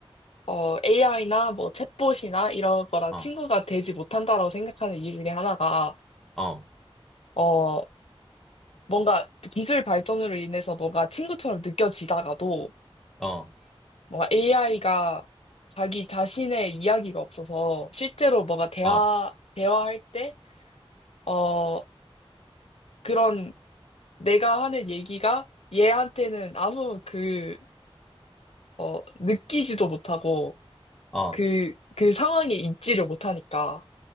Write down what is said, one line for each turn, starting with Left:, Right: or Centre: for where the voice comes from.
Left: 어, AI나 뭐 챗봇이나 이런 거랑
Centre: 어,
Left: 친구가 되지 못한다라고 생각하는 이유 중에 하나가,
Centre: 어,
Left: 어, 뭔가 기술 발전으로 인해서 뭔가 친구처럼 느껴지다가도
Centre: 어,
Left: 뭔가 AI가 자기 자신의 이야기가 없어서 실제로 뭔가 대화,
Centre: 어, 어,
Left: 대화할 때, 어, 그런 내가 하는 얘기가 얘한테는 아무 그, 어, 느끼지도 못하고
Centre: 어,
Left: 그, 그 상황에 있지를 못하니까.